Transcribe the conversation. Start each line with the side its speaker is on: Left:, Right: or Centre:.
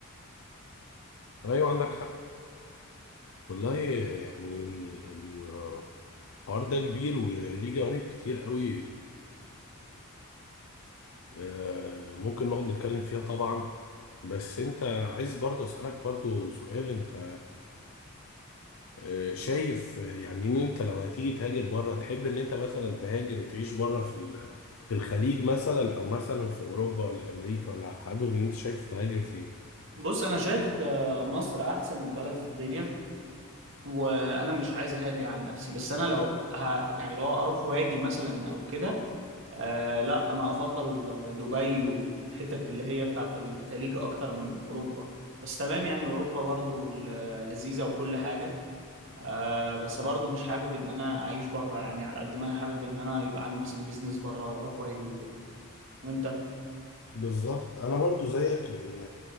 Left: ايوه عندك حق والله يعني ال- ال- الحوار ده كبير وليه جوانب كتير قوي آه، ممكن نقعد نتكلم فيها طبعا بس انت عايز برضه اسألك برضه سؤال انت آه، شايف يعني ان انت لو هتيجي تهاجر بره تحب ان انت مثلا تهاجر وتعيش بره في ال- في الخليج مثلا او مثلا في اوروبا ولا امريكا ولا حابب ان انت شايف تهاجر فين؟
Right: بص انا شايف آه، مصر احسن بلد في الدنيا وانا مش عايز اهاجر على نفسي بس انا لو ه... يعني لو اروح واجي مثلا او كده آه لا انا افضل دبي والحتت اللي هي بتاعت الخليج اكتر من اوروبا بس تمام يعني اوروبا برضو ل- لذيذة وكل حاجة آه بس برضو مش حابب ان انا اعيش بره يعني على قد ما انا حابب ان انا يبقى عندي مثلا بيزنس بره واروح واجي وكده وانت
Left: بالظبط انا برضو زيك لان